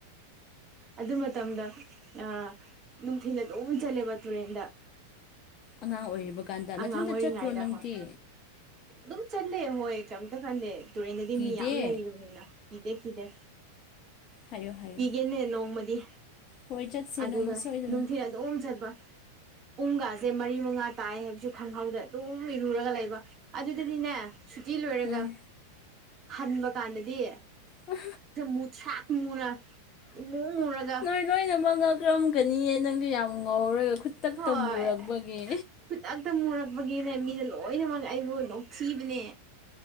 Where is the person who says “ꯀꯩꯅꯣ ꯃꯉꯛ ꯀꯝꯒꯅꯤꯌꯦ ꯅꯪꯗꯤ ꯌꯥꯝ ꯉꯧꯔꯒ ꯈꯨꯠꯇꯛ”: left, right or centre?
Left